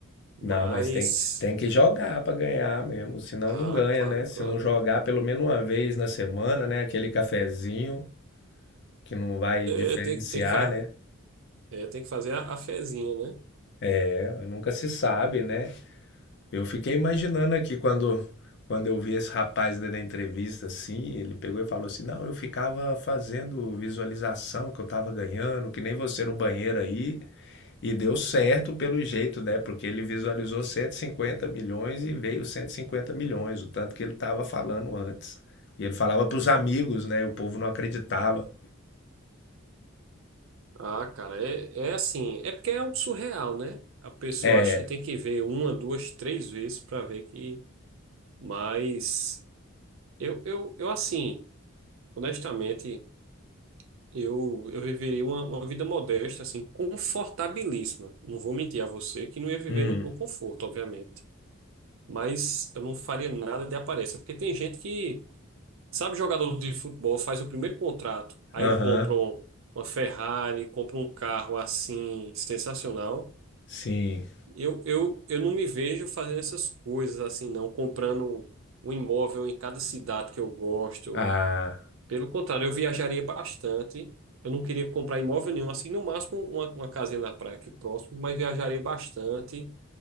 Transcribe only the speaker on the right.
Mas...
Ah,
claro,
claro.
É,
tem, tem que, fa...
é, tem que fazer a, a fezinha, né?
Ah, cara, é, é assim, é porque é algo surreal, né? A pessoa
acha que tem que ver uma, duas, três vezes para ver que. Mas eu, eu, eu assim, honestamente, eu, eu viveria uma, uma vida modesta, assim, confortabilíssima. Não vou mentir a você que não ia viver
no, no conforto, obviamente. Mas eu não faria nada de aparência, porque tem gente que, sabe, jogador de futebol faz o primeiro contrato, aí
compra um- uma Ferrari, compra um carro assim, sensacional.
Eu, eu, eu não me vejo fazendo essas coisas assim, não, comprando um imóvel em cada cidade que eu gosto.
Pelo contrário, eu viajaria bastante. Eu não queria comprar imóvel nenhum, assim, no máximo uma, uma casinha na praia aqui próximo, mas viajaria bastante